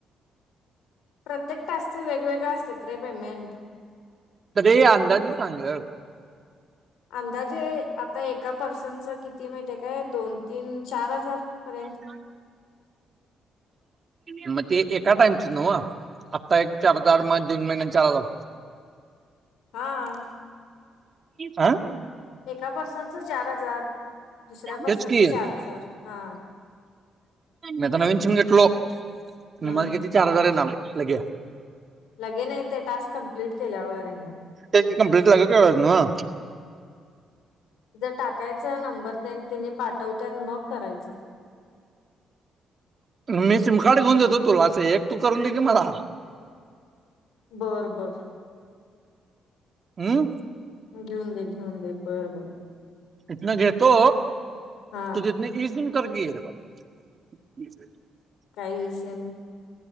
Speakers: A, on the left; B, on the right.
A: प्रत्येक टास्क च वेगवेगळे असत्यात रे पेमेंट
B: तरी अंदाज सांग
A: अंदाजे आता एका पर्सनच किती माहिती आहे काय दोन तीन चार हजार पर्यंत
B: <unintelligible> मग ते काय टाइमच न्हव आत्ता एक चार हजार मग दोन महिन्यान चार हजार <inaudible>
A: हा.
B: हं
A: एका पर्सनचं चार हजार दुसऱ्या पर्सनचं
B: तेच की
A: चार हजार हा
B: मी तर नवीन सिम घेतलो
A: हम्म
B: म मझ किती चार हजार आहे ना लगे
A: लगे नाही ते टास्क कमप्लीट केल्यावर येना
B: कंपललीट लगे करायचं न्हव
A: जर टाकायचं नंबर तेन त्यांनी पाठवत्यात मग करायचं
B: मी सिम कार्ड घेऊन देतो तुला असं एक तू करून दे की मला
A: बर बर
B: हम्म
A: घेऊन दे घेऊन दे बरं बर
B: इतन घेेतो
A: हा
B: तु इ सिम कर की, <unintelligible>
A: काही सिम,